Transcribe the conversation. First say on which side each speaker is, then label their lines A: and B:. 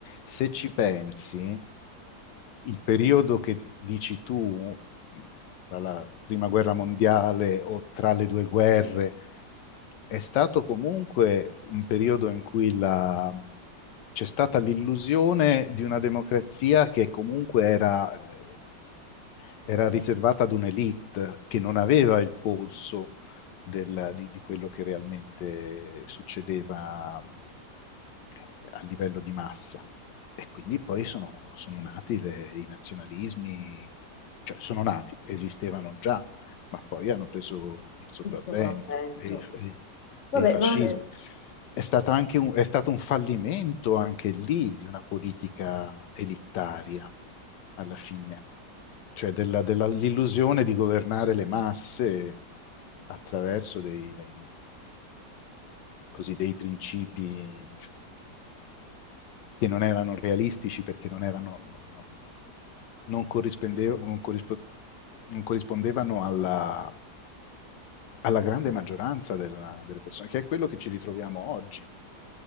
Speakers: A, on the left; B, on the left.
A: Se ci pensi, il periodo che dici tu, mh, tra la prima guerra mondiale o tra le due guerre, è stato comunque un periodo in cui la- c'è stata l'illusione di una democrazia che comunque era, eh, era riservata ad un'elite che non aveva il polso del- di, di quello che realmente succedeva eh, a livello di massa. e quindi poi sono, sono nati le- i nazionalismi, cioè sono nati, esistevano già, ma poi hanno preso il sopravvento
B: Il sopravvento.
A: e, i e i-
B: Vabbè,
A: e i fascismi.
B: ma
A: È stata anche un- è stato un fallimento anche lì di una politica elittaria alla fine, cioè della- della- l'illusione di governare le masse attraverso dei, dei- così, dei principi che non erano realistici perché non erano, non- non- non corrispondeva- non corrispo- non corrispondevano alla, alla grande maggioranza della- delle persone, che è quello che ci ritroviamo oggi,